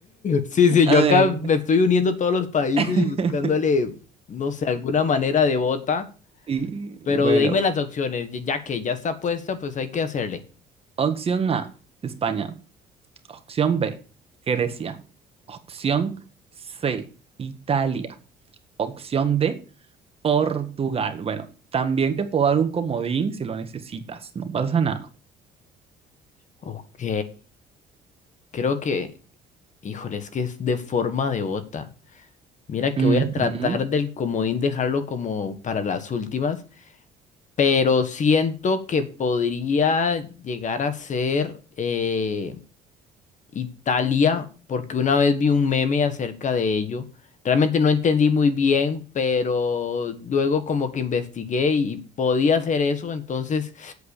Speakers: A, on the left; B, on the right.
A: Sí, sí,
B: A
A: yo
B: ver.
A: acá me estoy uniendo todos los países
B: <laughs>
A: y buscándole, no sé, alguna manera de bota.
B: Y
A: Pero
B: bueno,
A: dime las opciones, ya ya que ya está puesta, pues hay que hacerle.
B: opción A, España. Opción B, Grecia. Opción C, Italia. Opción D, Portugal. Bueno, también te puedo dar un comodín si lo necesitas, no pasa nada.
A: Ok, creo que, híjole, es que es de forma de bota. Mira que
B: Ujú.
A: voy a tratar del comodín dejarlo como para las últimas. pero siento que podría llegar a ser eh, Italia, porque una vez vi un meme acerca de ello. Realmente no entendí muy bien, pero luego como que investigué y podía hacer eso, entonces